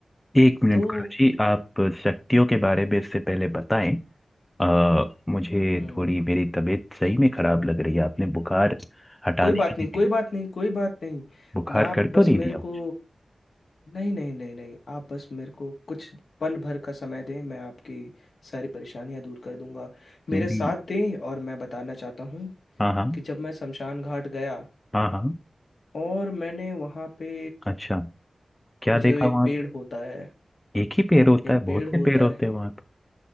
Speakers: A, on the left; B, on the left.
A: एक मिनट
B: तो
A: गुरु जी आप शक्तियों के बारे में इससे पहले बताएं अ, मुझे
B: हम्म,
A: थोड़ी मेरी तबीयत सही में खराब लग रही है आपने बुखार हटाने
B: कोई बात
A: की
B: नहीं
A: जगह
B: कोई बात नहीं कोई बात नहीं
A: बुखार
B: आप
A: कर
B: बस
A: तो नहीं
B: मेरे
A: दिया मुझे
B: को नहीं नहीं नहीं नहीं आप बस मेरे को कुछ पल भर का समय दें मैं आपकी सारी परेशानियां दूर कर दूंगा मेरे
A: मेरी
B: साथ दें और मैं बताना चाहता हूँ
A: हाँ हाँ
B: कि जब मैं शमशान घाट गया
A: हाँ हाँ
B: और मैंने वहाँ पे
A: अच्छा क्या
B: जो
A: देखा
B: एक
A: वहां
B: पेड़ होता है
A: एक ही पेड़ होता
B: एक
A: है बहुत
B: पेड़ होता
A: से पेड़ होते
B: है
A: हैं वहां पर